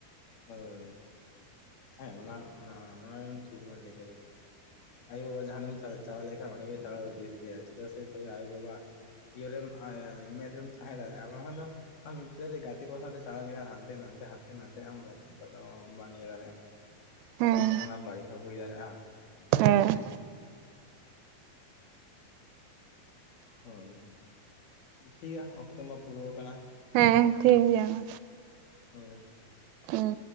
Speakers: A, on the left; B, on the right.
A: ᱦᱳᱭ ᱦᱮᱸ ᱚᱱᱟᱻ ᱚᱱᱟ ᱚᱱᱟᱜᱮ ᱴᱷᱤᱠᱮᱢ ᱞᱟᱹᱭ ᱟᱭᱳ ᱵᱟᱵᱟ ᱡᱟᱦᱟᱸᱱᱟᱢ ᱪᱟᱞᱟᱣ ᱞᱮᱠᱷᱟᱱ ᱚᱰᱮᱜᱮ ᱪᱟᱞᱟᱣ ᱵᱮᱥ ᱜᱮᱭᱟ ᱪᱮᱫᱟᱜ ᱥᱮ ᱛᱚᱵᱮ ᱟᱭᱳ-ᱵᱟᱵᱟ ᱟᱜ ᱤᱭᱟᱹᱨᱮᱢ ᱢᱮᱫ ᱨᱮᱢ ᱛᱟᱦᱮᱸ ᱫᱟᱲᱮᱭᱟᱜ-ᱟ᱾ ᱵᱟᱝᱠᱷᱟᱱ ᱫᱚ ᱟᱢ ᱮᱠᱪᱚᱭᱞᱤ ᱜᱟᱛᱮ ᱠᱚᱲᱟ ᱥᱟᱶᱛᱮ ᱪᱟᱞᱟᱣ ᱞᱮᱠᱷᱟᱱ ᱦᱟᱱᱛᱮ ᱱᱟᱱᱛᱮ ᱦᱟᱱᱛᱮ ᱱᱟᱱ ᱛᱮ ᱟᱢ ᱵᱟᱥ ᱟᱫᱚ ᱵᱟᱝ ᱤᱭᱟᱹ ᱫᱟᱲᱮᱭᱟᱜ
B: ᱦᱮᱸ
A: ᱟᱢ ᱡᱟᱦᱟᱱᱟᱜ ᱵᱟᱹᱲᱤᱡ ᱦᱚᱸ ᱦᱩᱭ ᱫᱟᱲᱮᱭᱟᱜᱼᱟ᱾ ᱚᱱᱠᱟᱱ
B: ᱦᱮᱸ᱾
A: ᱦᱳᱭ ᱴᱷᱤᱠ ᱜᱮᱭᱟ ᱚᱠᱛᱚ ᱢᱟ ᱯᱩᱨᱟᱹᱣ ᱠᱟᱱᱟ᱾
B: ᱮᱸ ᱴᱷᱤᱠ ᱜᱮᱭᱟ ᱢᱟ᱾
A: ᱦᱳᱭ᱾
B: ᱦᱮᱸ